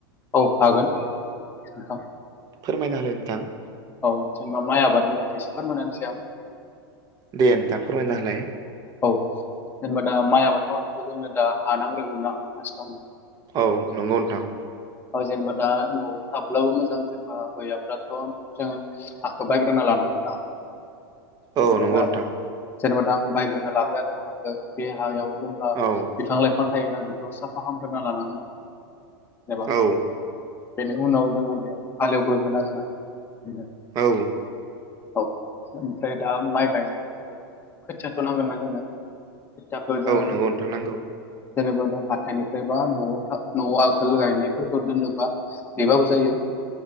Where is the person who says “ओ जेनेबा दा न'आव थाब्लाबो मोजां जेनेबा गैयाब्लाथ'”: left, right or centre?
Left